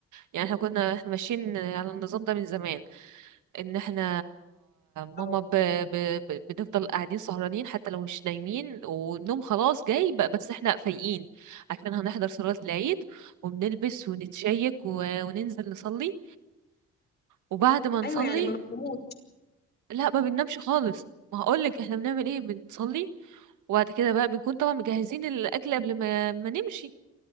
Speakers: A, on the right (about 80°); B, on the left (about 35°).
A: يعني احنا كنا احنا ماشيين على النظام ده من زمان ان احنا ماما
B: اه
A: ب... ب... ب... بنفضل قاعدين سهرانين حتى لو مش نايمين والنوم خلاص جاي بقى بس احنا فايقين عشان هنحضر صلاة العيد وبنلبس ونتشيك و... وننزل نصلي وبعد ما نصلي
B: ايوه يعني ما بفهموش
A: لا ما بننامش خالص ما هقولك احنا بنعمل ايه بنصلي وبعد كده بقى بنكون طبعا مجهزين الاكل قبل ما ما نمشي